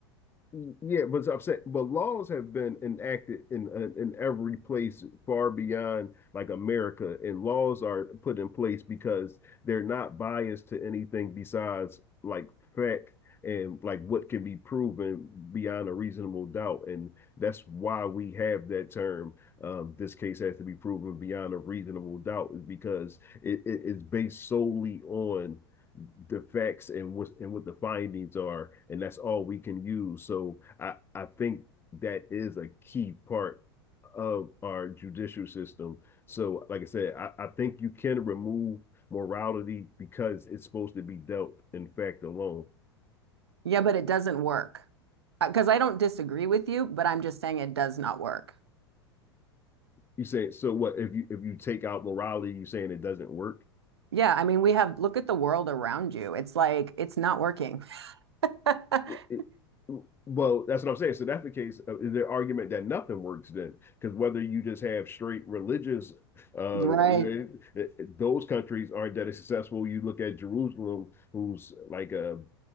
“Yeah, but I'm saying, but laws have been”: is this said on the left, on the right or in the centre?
Left